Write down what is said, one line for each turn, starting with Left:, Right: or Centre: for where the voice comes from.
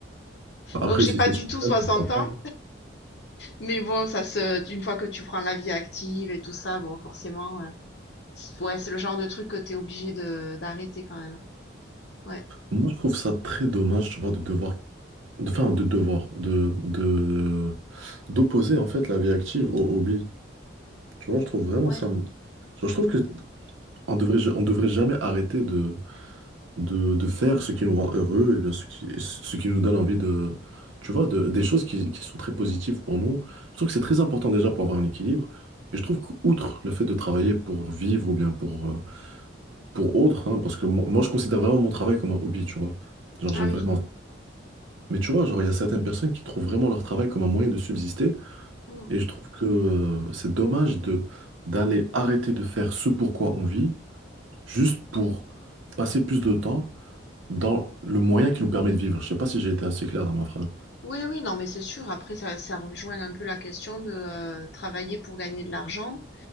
Right: Bah, Après,
Left: Donc j'ai
Right: si
Left: pas
Right: c'est
Left: du
Right: ce que
Left: tout
Right: t'aimes,
Left: 60
Right: pourquoi pas.
Left: ans, mais bon, ça se, une fois que tu prends la vie active et tout ça, bon, forcément, euh, c'est- ouais, c'est le genre de truc que t'es obligé de d'arrêter quand même. Ouais,
Right: Moi, je trouve ça très dommage, tu vois, de devoir, de, enfin, de devoir, de, de, d'opposer, en fait, la vie active au hobby. Tu vois, je trouve vraiment
Left: ouais,
Right: ça. genre, je trouve que On devrait, ja- on devrait jamais arrêter de, de, de faire ce qui nous rend heureux et bien ce qui, ce qui nous donne envie de, tu vois, de- des choses qui, qui sont très positives pour nous. Je trouve que c'est très important déjà pour avoir un équilibre. Et je trouve qu'outre le fait de travailler pour vivre ou bien pour, euh, pour autre, hein, parce que moi, moi, je considère vraiment mon travail comme un hobby, tu vois. Genre
Left: ah
Right: j'aime
Left: oui.
Right: vraiment. Mais tu vois, genre il y a certaines personnes qui trouvent vraiment leur travail comme un moyen de subsister.
Left: Mm.
Right: Et je trouve que euh, c'est dommage de d'aller arrêter de faire ce pourquoi on vit juste pour passer plus de temps dans le moyen qui nous permet de vivre. Je sais pas si j'ai été assez clair dans ma phrase.
Left: Oui, oui, non, mais c'est sûr. Après, ça, ça rejoint un peu la question de euh, travailler pour gagner de l'argent.